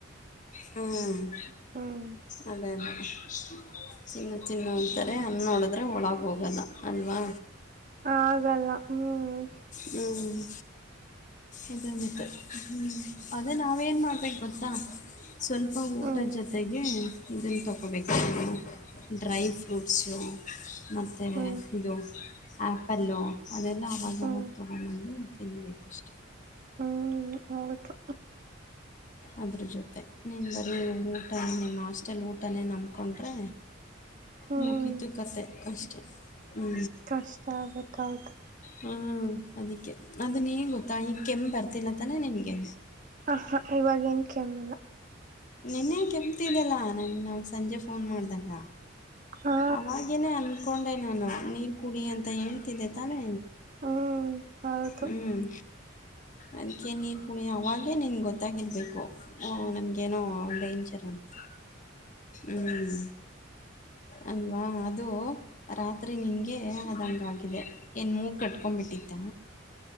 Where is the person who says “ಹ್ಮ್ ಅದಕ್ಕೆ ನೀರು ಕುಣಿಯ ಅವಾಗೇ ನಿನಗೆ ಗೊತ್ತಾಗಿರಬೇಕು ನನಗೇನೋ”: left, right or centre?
Left